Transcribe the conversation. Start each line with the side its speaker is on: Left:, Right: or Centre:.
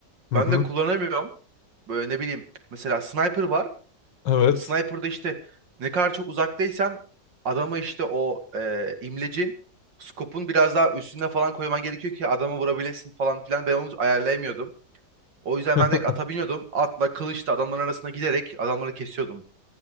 Left: Hı hı.
Right: Ben de kullanamıyorum. Böyle ne bileyim. Mesela sniper var.
Left: Evet.
Right: Sniper'da işte ne kadar çok uzaktaysan adamı işte o e, imlecin skopun biraz daha üstüne falan koyman gerekiyor ki adamı vurabilesin falan filan. Ben onu ayarlayamıyordum. O yüzden
Left: <laughs>
Right: ben direkt ata biniyordum. Atla, kılıçla adamların arasına giderek adamları kesiyordum.